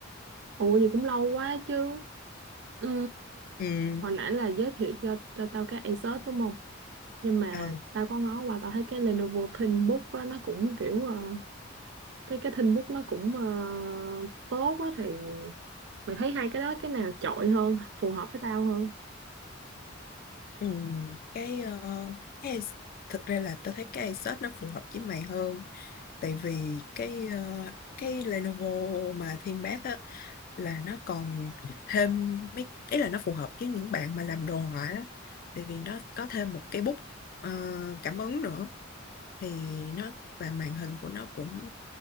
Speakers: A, on the right; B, on the left.
A: Ủa vậy cũng lâu quá chứ. Ừ,
B: ừ
A: hồi nãy là giới thiệu cho cho tao cái Asus đúng không? Nhưng mà
B: Ờ,
A: tao có ngó qua tao thấy cái Lenovo ThinkBook á nó cũng kiểu ờ, cái cái ThinkBook nó cũng ờ, tốt á thì mày thấy hai cái đó cái nào chọi hơn phù hợp với tao hơn
B: Ừ, cái ờ, cái ai- thực ra là tao thấy cái Asus nó phù hợp với mày hơn tại vì cái ờ, cái Lenovo mà Thiên Bác á là nó còn thêm mấy ý là nó phù hợp với những bạn mà làm đồ họa á tại vì nó có thêm một cái bút ờ, cảm ứng nữa thì nó và màn hình của nó cũng